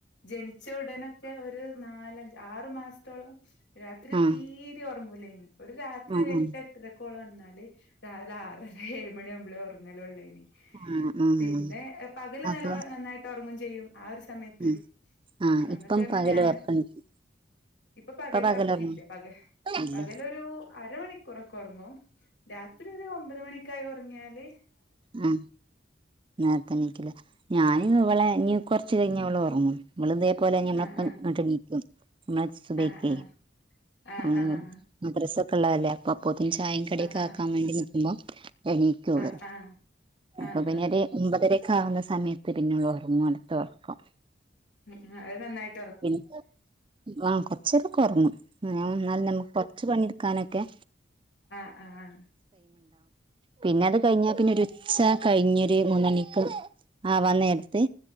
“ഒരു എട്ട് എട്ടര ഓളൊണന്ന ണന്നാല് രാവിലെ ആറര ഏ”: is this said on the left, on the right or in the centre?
Left